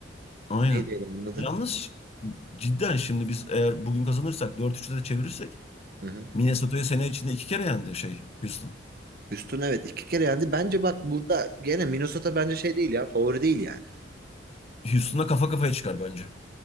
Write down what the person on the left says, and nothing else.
Aynen.
Yalnız cidden şimdi biz eğer bugün kazanırsak dört üçte de çevirirsek
Minnesota'yı sene içinde iki kere yendi şey Houston.
Houston'a kafa kafaya çıkar bence.